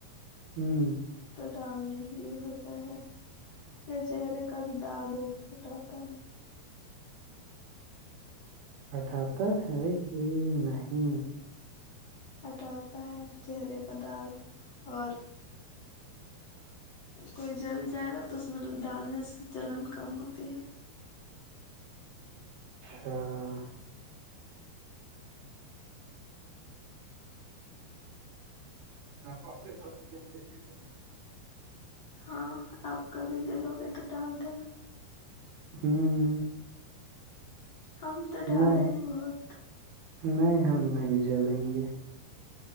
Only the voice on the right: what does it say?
ہوں
ہٹھاتا ہے کہ نہیں
ا <unintelligible>
ہ <unintelligible> <unintelligible>
ہوں
نہیں
نہیں ہم نہیں جلیں گے